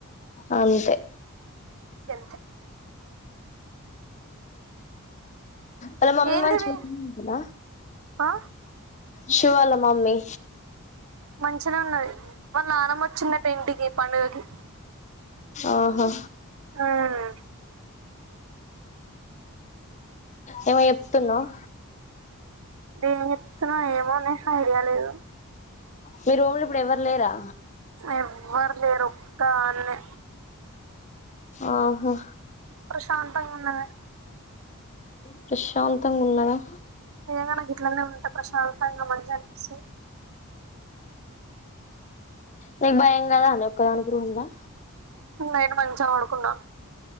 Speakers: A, on the left; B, on the right.
A: అంతే
B: గంతే
A: అలా మమ్మీ
B: ఏందివి
A: మంచుగుంద
B: ఆ?
A: శివ వాళ మమ్మీ
B: మంచినే ఉన్నది వాళ్ళు నానమ్మ వచ్చిందట్ట ఇంటికి పండుగకి
A: ఆహా
B: మ్మ్.
A: ఏేమో చెప్తున్నావ్
B: ఏం చెతున్నా ఏమోనే ఐడియా లేదు
A: మీ రూంలో ఇప్పుడు ఎవరు లేరా
B: ఎవ్వరు లేరు ఒక్క దానే
A: ఆహా
B: ప్రశాంతంగా ఉన్నది
A: ప్రశాంతంగా ఉన్నదా
B: ఆయన గని నాకు ఇట్లనే ఉంటా ప్రశాంతంత మంచిగా అనిపిస్తద్
A: నీక భయం కదా అండి ఒక్కదానికి రూమ్లా
B: నైట్ మంచిగా పడుకున్న